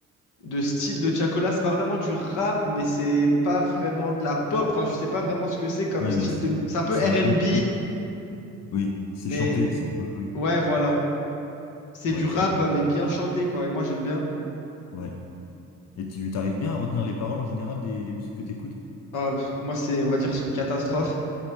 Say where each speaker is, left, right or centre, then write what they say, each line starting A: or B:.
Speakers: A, on the left; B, on the left.
A: de style de Tiakola C'est pas vraiment du rap, mais c'est pas vraiment de la pop. Enfin, je sais pas vraiment ce que c'est comme
B: Ouais,
A: style
B: mais c'est
A: de. mu- C'est un peu
B: c'est
A: R&B,
B: un peu. Oui, c'est
A: mais
B: chanté, c'est un peu.
A: ouais, voilà. C'est
B: Ouais,
A: du rap,
B: je comprends.
A: mais bien chanté, quoi. Et moi, j'aime bien.
B: Ouais. Et tu t'arrives bien à retenir les paroles en général des, des musiques que t'écoutes?
A: Ah, pff, moi, c'est, on va dire, c'est une catastrophe.